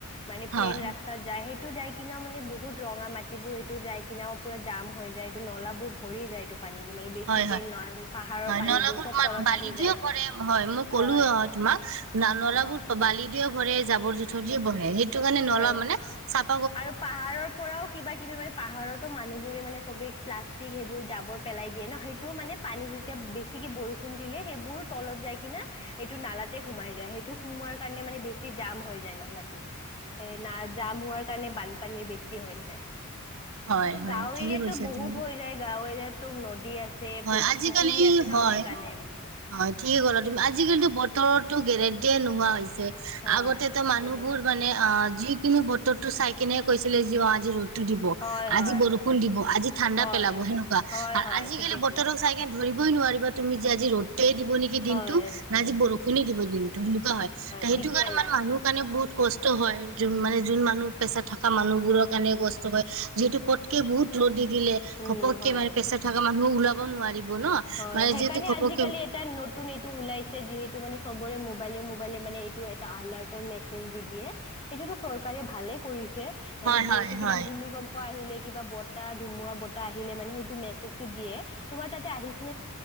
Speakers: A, on the left; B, on the right.
A: মানে প্লেন
B: হয়
A: ৰাস্তাত যায় এইটো যাই কিনাও মানে বহুত ৰঙা মাটিবোৰ সটো যাই কিনেও পুৰা জাম হৈ যায় এইটো নলাবোৰ ভৰি যায় এইটো পানী দি মানে বেছিকে
B: হয় হয়
A: ন পাহাৰৰ
B: হয়
A: পানীবোৰ
B: নলাবোৰ
A: চব
B: ম
A: তলত
B: বালি
A: আহি
B: দিয়ে
A: যায়
B: কৰে হয় মই ক'লো
A: হয়
B: অ' তোমাক নলাাবোৰ
A: অ
B: বালি ও ভৰে জাবৰ জোথৰ দিয়ে ভৰে সেই কাৰণে
A: হয়
B: নলা মানে চাফ
A: আৰু পাহাৰৰ পৰাও কিবা কিবি মানে পাহাৰতো মানুহবোৰে মানে চবে প্লাষ্টিক সেইবোৰ জাবৰ পেলাই দিয়ে ন, সেইটো মানে পানী যেতিয়া বেছিকে বৰষুণ দিলে সেইবোৰ তলত যাই কিনা সটো নালাতে সোমাই যায়, সেইটো সোমোৱাৰ কাৰণে মানে বেছি জাম হৈ যায় নালাটো এ না জাম হোৱাৰ কাৰণে বানপানীৰ বেছি হৈ যায়।
B: হয়
A: সেইটো
B: হয়
A: গাওঁ
B: ঠিকে
A: এৰিয়াতো
B: কৈছা
A: বহুত
B: তুমি
A: হৈ যায় গাওঁ এৰিয়াত এক তম নদী আছে আছে
B: হয়
A: প
B: আজিকালি
A: পুখুৰী আছে ন
B: হয়
A: সেইকাৰণে।
B: হয় ঠিকে ক'লা তুমি আজিকালিতো ব বতৰতো গেৰেণ্টিয়ে নোহোৱা হৈছে।
A: হয়
B: আগতে তো
A: ঠিকে
B: মানুহবোৰ
A: ক'লা
B: মানে অ যিকোনো বতৰটো চাই কিনে কৈছিলে জি আজি ৰ'দ টো দিব
A: হয় হয়
B: আজি বৰষুণ দিব আজি ঠাণ্ডা
A: হয়
B: পেলাব সেনেকুৱা
A: হয়
B: আৰু
A: হয়
B: আজিকালি
A: ঠিকে ক'লা
B: বতৰ চাই কিনে ধৰি ধৰিবই নোৱাৰিবা তুমি যে আজি ৰ'দ দিব নেকি
A: হয়
B: দিনটো নাই যজি বৰষুণ দিব দিনটো সেনেকুৱা হয় সেইটো
A: ঠিকে
B: কাৰণে
A: ক'লা
B: মানে মানুহৰ কাৰণে বহুত কষ্ট হয় য মানে যোন মানুহ প্ৰেচাৰ থকা মানুহ বোৰৰ কাৰণে কষ্ট হয় যিহেতু পটকে বহুত ৰ'দি দিলে
A: উম
B: ঘপক
A: হয়
B: মানে প্ৰেছা থকা মানুহ, ম ওলাব নোৱাৰি। ব ন?
A: হয়
B: মানে
A: সেইকাৰণে
B: যিহেতু ঘপকে
A: আজিকালি এটা নতুন এইটো ওলাইছে যিহেতু মানে চবৰে মোবাইলে-মোবাইলে মানে ব্লু এটা এলাৰ্ট মেছেজ দি দিয়ে এইটোটো চৰকাৰে ভালে কৰিছে। মানে
B: হয়
A: যিহেতু
B: হয়
A: কিবা
B: হয়
A: ভূমিকম্প আহিলে কিবা বতাহ ধুমুৰা বতাহ আহিলে মানে সেইটো মেছেজটো দিয়ে তোমাৰ তাতে আহিছে।